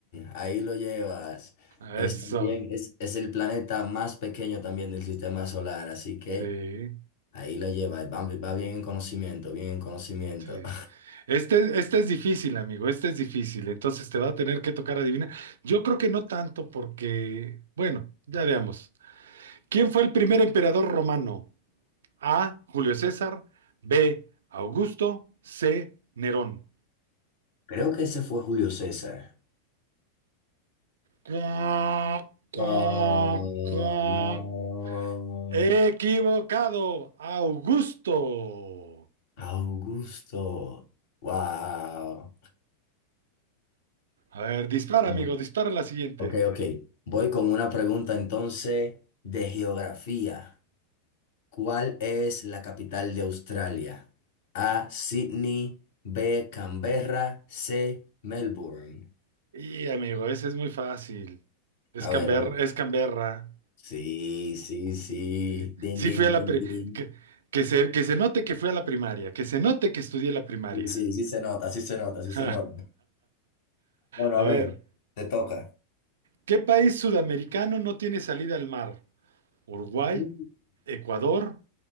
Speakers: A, on the left; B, on the right.
A: Ahí lo llevas.
B: Eso.
A: Es también, es, es el planeta más pequeño también del sistema solar, así que
B: Sí.
A: ahí lo llevas. Va, va bien en conocimiento, bien en conocimiento.
B: Sí.
A: <laughs>
B: Este, este es difícil, amigo, este es difícil, entonces te va a tener que tocar adivinar. Yo creo que no tanto porque, bueno, ya veamos. ¿Quién fue el primer emperador romano? A, Julio César, B, Augusto, C, Nerón.
A: Creo que ese fue Julio César.
B: Cuac, cuac,
A: Oh,
B: cuac.
A: no.
B: Equivocado, Augusto.
A: Augusto. Wow.
B: A ver, dispara,
A: Bueno,
B: amigo, dispara la siguiente.
A: ok, ok. Voy con una pregunta entonces de geografía. ¿Cuál es la capital de Australia? A, Sydney, B, Canberra, C, Melbourne.
B: Y, amigo, ese es muy fácil. Es
A: A
B: Canber-
A: ver, a ver.
B: es Canberra.
A: Sí, sí, sí.
B: Sí,
A: Din,
B: Sí
A: din,
B: fui
A: din,
B: a la pri-
A: din.
B: que, que se, que se note que fui a la primaria, que se note que estudié la primaria.
A: Sí, sí, sí se nota, sí se nota, sí
B: <laughs>
A: se nota. Bueno,
B: A
A: a ver,
B: ver,
A: te toca.
B: ¿qué país sudamericano no tiene salida al mar? ¿Uruguay,
A: Uh,
B: Ecuador,